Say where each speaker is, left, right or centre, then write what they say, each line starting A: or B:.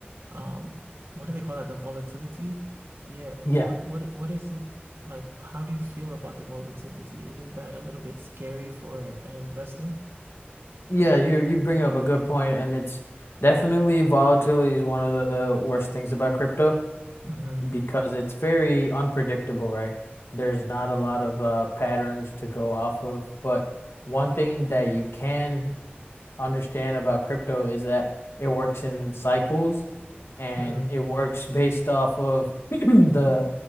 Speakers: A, on the right; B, on the left.
A: Um, what do they call that? The volatility? Yeah,
B: Yeah.
A: what what what is it like? How do you feel about the volatility? Isn't that a little bit scary for an investor?
B: Yeah, you you bring up a good point, and it's definitely volatility is one of the worst things about crypto.
A: Mm-hmm.
B: because it's very unpredictable, right? There's not a lot of uh, patterns to go off of. But one thing that you can understand about crypto is that it works in cycles and
A: Mm,
B: it works based off of <clears throat> the